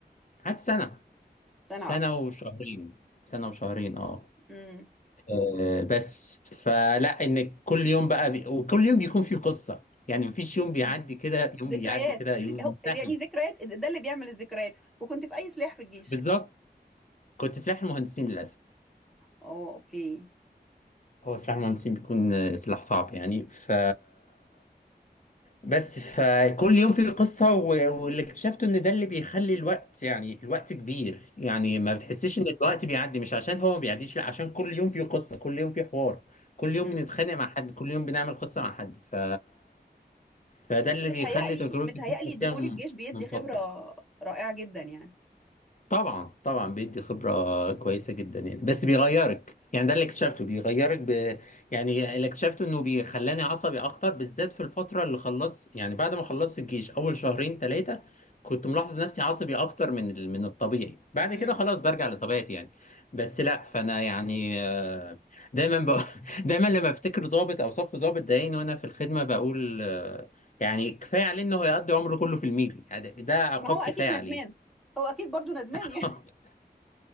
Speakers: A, on the left; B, in the centre.
A: قعدت سنة
B: سنة
A: سنة
B: واحدة
A: وشهرين سنة وشهرين اه
B: امم
A: آه، بس فلا ان كل يوم بقى بي... وكل يوم بيكون فيه قصه يعني مفيش يوم
B: اكيد
A: بيعدي كده يوم
B: ذكريات
A: بيعدي كده يوم
B: ذك... هو- يعني
A: سهل
B: ذكريات ده اللي بيعمل الذكريات وكنت في اي سلاح في الجيش
A: بالظبط كنت سلاح المهندسين للاسف
B: اه اوكي
A: هو سلاح المهندسين بيكون آه، سلاح صعب يعني ف بس فكل يوم فيه قصه و... واللي اكتشفته ان ده اللي بيخلي الوقت يعني الوقت كبير يعني ما بتحسش ان الوقت بيعدي مش عشان هو ما بيعديش لا عشان كل يوم فيه قصه كل يوم فيه حوار كل
B: امم
A: يوم بنتخانق مع حد كل يوم بنعمل قصه مع حد ف فده
B: بس
A: اللي
B: متهيألي
A: بيخلي تجربة
B: متهيألي
A: الجيم
B: دخول
A: كده
B: الجيش بيدي
A: ممتطة
B: خبرة رائعة جدا يعني
A: طبعا طبعا بيدي خبرة كويسة جدا يعني بس بيغيرك يعني ده اللي اكتشفته بيغيرك ب... يعني اللي اكتشفته انه بيخلاني عصبي اكتر بالذات في الفترة اللي خلصت يعني بعد ما خلصت الجيش اول شهرين ثلاثة كنت ملاحظ نفسي عصبي اكتر من ال... من الطبيعي بعد
B: امم
A: كده خلاص برجع لطبيعتي يعني بس لا فانا يعني آه، دايما ب... <laughs> دايما لما افتكر ضابط او صف ضابط ضايقني وانا في الخدمة بقول آه، يعني كفاية عليه انه هيقضي عمره كله في الميري يعني ده ده عقاب
B: ما هو اكيد
A: كفاية عليه
B: ندمان هو اكيد برضو ندمان
A: <laughs>
B: يعني